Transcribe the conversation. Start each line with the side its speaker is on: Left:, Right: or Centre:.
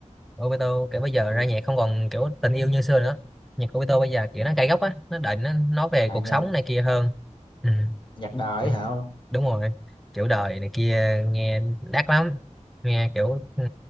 Centre: Obito kiểu bây giờ
Left: ừ
Centre: ra nhạc không còn kiểu tình yêu như xưa nữa nhạc của Obito bây giờ kiểu nó cay góc á nó định nó nói về
Left: à
Centre: cuộc
Left: nhà
Centre: sống này kia hơn ừ.
Left: nhạc đời
Centre: kiểu-
Left: hả không
Centre: đúng rồi kiểu đời này kia nghe đắt lắm nghe kiểu ừ,